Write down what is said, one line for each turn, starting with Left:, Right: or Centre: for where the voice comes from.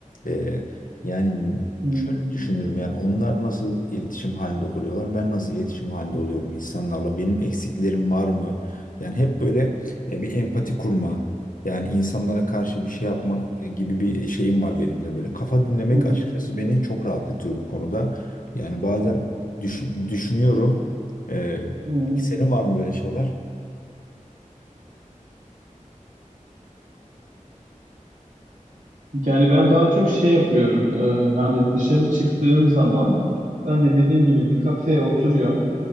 Left: e, yani
Right: Hmm,
Left: şöyle düşünürüm. Yani onlar nasıl iletişim halinde oluyorlar? Ben nasıl iletişim halinde oluyorum insanlarla? Benim eksiklerim var mı? Yani hep böyle e, bir empati kurma. Yani insanlara karşı bir şey yapmak e, gibi bir şeyim var benim de böyle. Kafa dinlemek
Right: Hı hı.
Left: açıkçası beni çok rahatlatıyor bu konuda. Yani bazen düş- düşünüyorum. Ee,
Right: Hmm.
Left: peki senin var mı böyle şeyler?
Right: Yani ben daha çok şey yapıyorum. Ee, hani dışarı çıktığım zaman ben de dediğim gibi bir kafeye oturuyorum.